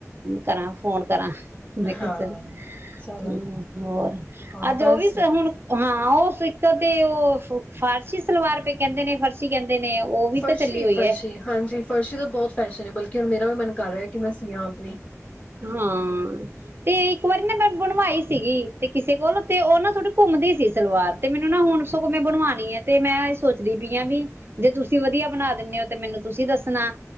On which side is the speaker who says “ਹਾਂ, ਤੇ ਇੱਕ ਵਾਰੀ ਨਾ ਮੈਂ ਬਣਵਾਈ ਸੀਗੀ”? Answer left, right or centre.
Right